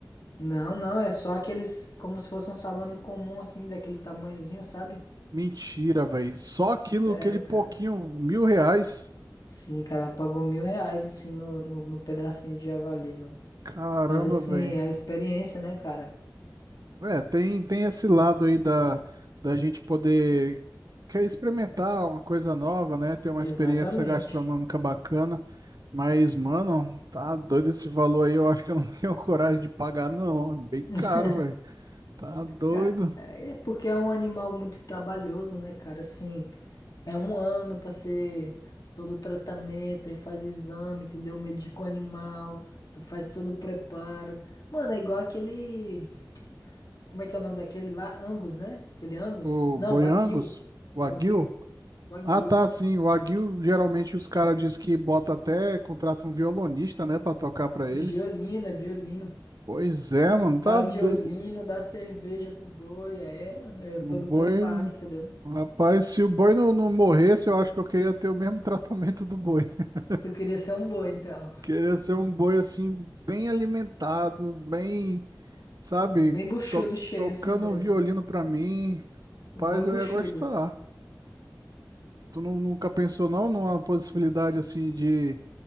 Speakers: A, on the left (about 55°); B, on the right (about 55°).
A: Não, não, é só aqueles como se fosse um salame comum, assim, daquele tamanhozinho, sabe?
B: Mentira, velho. Só aquilo,
A: Sério,
B: aquele pouquinho,
A: cara.
B: mil reais.
A: Sim, cara, ela pagou mil reais, assim, no, no, no pedacinho de javali, mano.
B: Caramba,
A: Mas, assim,
B: velho.
A: é a experiência, né, cara?
B: É, tem, tem esse lado aí da, da gente poder quer experimentar uma coisa nova, né? Ter uma
A: Exatamente.
B: experiência gastronômica bacana. Mas, mano, tá doido esse valor aí. Eu acho que eu não <laughs> tenho coragem de pagar, não. É bem
A: <laughs>
B: caro, velho. Tá doido.
A: Ca- É é porque é um animal muito trabalhoso, né, cara? Assim, é um ano pra ser todo o tratamento, e faz exame, entendeu? Medica o animal, faz todo o preparo. Mano, é igual aquele. Como é que é o nome daquele lá? Angus, né? Aquele Angus?
B: O
A: Não,
B: boi
A: Wagyu.
B: Angus? O
A: Wagyu.
B: aguil?
A: Wagyu.
B: Ah, tá, sim. O aguil, geralmente os caras dizem que bota até, contrata um violonista, né, pra tocar pra eles.
A: Violina, violino.
B: Pois é, mano,
A: Dá
B: tá
A: violino,
B: doido.
A: dá cerveja pro boi. É, mano, eu
B: O
A: todo
B: boi.
A: preparo, entendeu?
B: Rapaz, se o boi não, não morresse, eu acho que eu queria ter o mesmo <laughs> tratamento do boi. <laughs>
A: Tu queria ser um boi, então.
B: Queria ser um boi, assim, bem alimentado, bem, sabe,
A: Bem buchudo,
B: to-
A: cheio
B: tocando
A: assim mesmo.
B: um violino pra mim. Rapaz,
A: Um boi buchudo.
B: eu ia gostar. Tu nu- nunca pensou, não, numa possibilidade, assim, de.